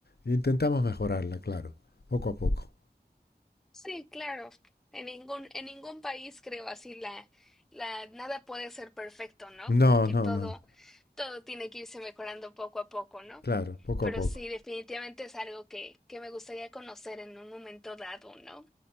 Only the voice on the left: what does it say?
e intentamos mejorarla, claro, poco a poco.
No,
no,
no.
Claro, poco
a poco.